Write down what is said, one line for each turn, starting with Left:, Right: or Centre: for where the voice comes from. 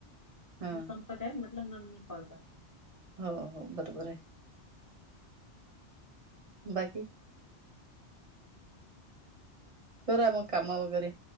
Right: हा
Left: संपत आहेत, म्हटलं मी कॉल करते.
Right: हो हो, बरोबर आहे. बाकी? करूया मग काम वगैरे